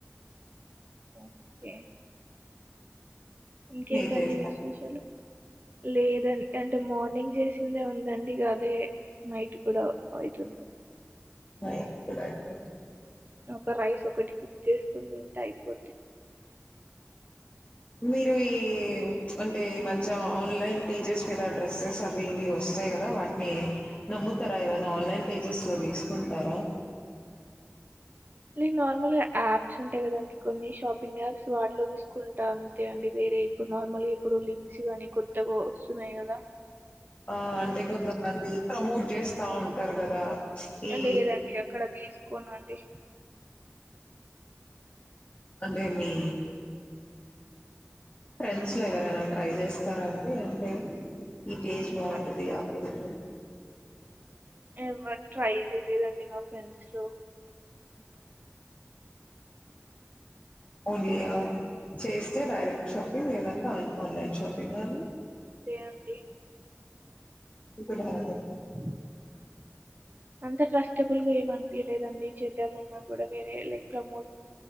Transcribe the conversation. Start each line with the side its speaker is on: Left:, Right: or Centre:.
Right: ఓకే ఇంకేంటండి
Left: మీరు చేస్తారు
Right: విశేషాలు లేదు అంటే మార్నింగ్ చేసిందే ఉందండి అదే నైట్ కూడా అవుతుంది
Left: <inaudible>
Right: ఒక రైతు ఒకటి కుక్ చేసుకుంటుంటాయి <unintelligible>
Left: మీరు ఈ అంటే ఈ మధ్య ఆన్లైన్ పేజెస్ మీద డ్రెస్సెస్ అవి ఇ వస్తాయి యి కదా వాట్ని నమ్ముతారా ఏవైనా ఆన్లైన్ పేజెస్ లో తీసుకుంటారా
Right: ఇ నార్మల్ యాప్స్ ఉంటాయి కదండి కొన్ని షాప్ ఫింగర్ యాప్స్ వాటిలో తీసుకుంటా అంతే అండి వేరే ఇప్పుడు నార్మల్గా ఇప్పుడు లింక్స్ గానీ కొత్తగా వస్తున్నాయి కదా
Left: ఆ అంటే కొంతమంది ప్రమోట్ చేస్తా ఉంటారు కదా ఈ
Right: లేదండి అక్కడ తీసుకోనండి <inaudible>
Left: అంటే మీ ఫ్రెండ్స్ లో ఎవరైనా ట్రై చేస్తారాండి అంటే ఈ పేజ్
Right: హ్మ్.
Left: బాగుంటది ఆ పేజ ఉండ
Right: ఎవరు ట్రై చేయలేదండి మా ఫ్రెండ్స్ స్లో
Left: ఓన్లీ చేస్తే డైరెక్ట్ షాపింగ్ లేదంటే ఆన్లైన్ షాపింగ్ అ
Right: అంతే అండి
Left: <inaudible>
Right: <inaudible> అంత ట్రస్టబుల్గా ఏం అనిపియ లేదండి. చేద్దామన్నా కూడా వేరే లైక్ ప్రమోట్